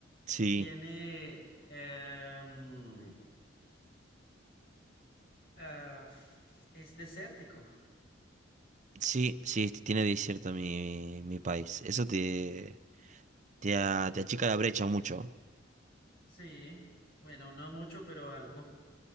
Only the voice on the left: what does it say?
tiene... em, ah, f- es desértico.
Sí. Bueno, no mucho, pero algo.